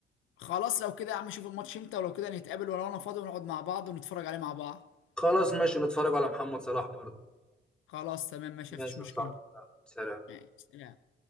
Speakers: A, on the left; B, in the centre.
A: خلاص لو كده يا عم شوف الماتش امتى ولو كده نتقابل ولو انا فاضي ونقعد مع بعض ونتفرج عليه مع بعض
B: خلاص ماشي نتفرج على محمد صلاح برضه
A: خلاص تمام ماشي مفيش
B: ماشي
A: مشكلة
B: صح سلام
A: ماشي سلام